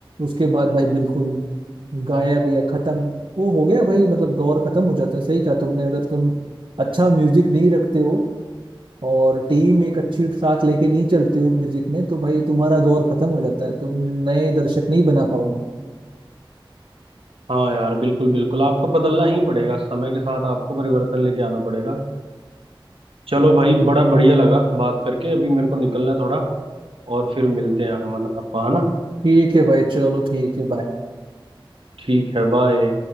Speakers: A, on the right; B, on the right.
A: उसके बाद भाई बिल्कुल गायब या खत्म वो हो गया भाई मतलब दौर खत्म हो जाता है सही कहा तुमने अगर तुम अच्छा म्यूजिक नहीं रखते हो और टीम एक अच्छी साथ लेके नहीं चलते हो म्यूजिक में तो भाई तुम्हारा दौर खत्म हो जाता है तुम नए दर्शक नहीं बना पाओगे
B: हाँ यार बिल्कुल बिल्कुल आपको बदलना ही पड़ेगा समय के साथ आपको परिवर्तन लेके आना पड़ेगा चलो भाई बड़ा बढ़िया लगा बात करके अभी मेरे को निकलना है थोड़ा और फिर मिलते हैं हम अपन- अपन है ना
A: ठीक है भाई चलो ठीक है बाय
B: ठीक है बाय